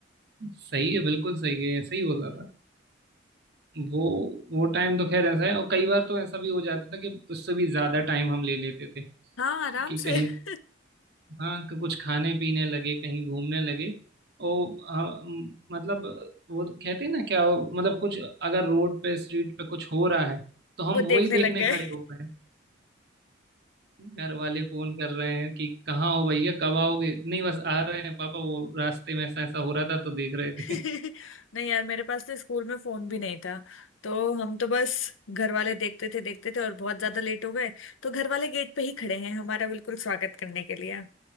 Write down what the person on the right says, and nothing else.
सही है बिल्कुल सही है ऐसा ही होता था वो वो टाइम तो खैर ऐसा है और कई बार तो ऐसा भी हो जाता था कि उससे भी ज्यादा टाइम हम ले लेते थे
कि
कहीं
हाँ कि कुछ खाने पीने लगे कहीं घूमने लगे और हम- मतलब वो कहते हैं ना क्या मतलब कुछ अगर रोड पे स्ट्रीट पे कुछ हो रहा है तो हम
वो ही देखने
खड़े हो गए हैं। घर वाले फोन कर रहे हैं कि कहाँ हो भैया कब आओगे नहीं बस आ रहे हैं पापा वो रास्ते में ऐसा ऐसा हो रहा था तो देख रहे
थे
<laughs>